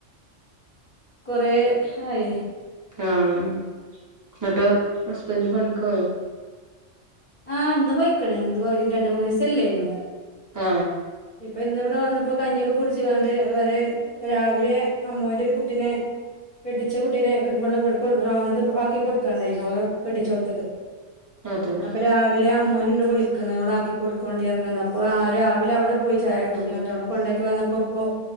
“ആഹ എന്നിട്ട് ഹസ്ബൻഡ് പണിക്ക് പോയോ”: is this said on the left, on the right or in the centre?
Right